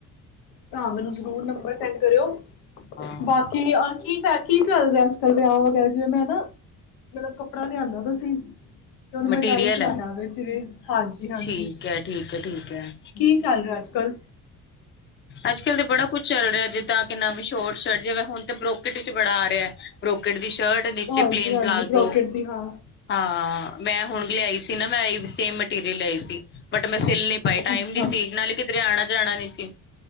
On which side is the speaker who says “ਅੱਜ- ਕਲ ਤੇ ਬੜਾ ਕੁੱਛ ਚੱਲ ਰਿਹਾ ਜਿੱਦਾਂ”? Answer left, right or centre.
Left